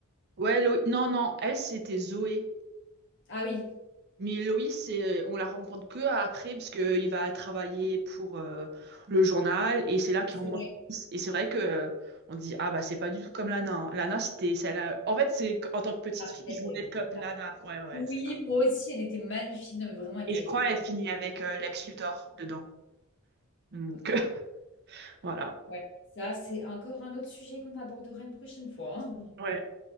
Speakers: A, on the right; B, on the left.
A: Ouais, Loïs. Non, non, elle, c'était Zoé.
B: Ah oui,
A: Mais Loïs, c'est- euh, on la rencontre que après, parce qu'il va travailler pour euh, le journal, et c'est là qu'il
B: Oui,
A: rencontre
B: c'est vrai.
A: Loïs. Et c'est vrai que euh, on dit, ah bah c'est pas du tout comme Lana. hein. Lana, c'était celle euh, En fait, c'est qu- en tant que petite
B: Parfaite,
A: fille, je voulais
B: elle était
A: être comme
B: parfaite.
A: Lana. Ouais, ouais,
B: Oui,
A: c'est ça.
B: moi aussi, elle était magnifique. Non, mais vraiment, elle était
A: Et je crois
B: trop
A: qu'elle
B: belle.
A: finit avec euh, Lex Luthor dedans. Donc,
B: Ouais.
A: <laughs> voilà.
B: Ouais. Ça, c'est encore un autre sujet qu'on abordera une prochaine fois. hein.
A: Ouais.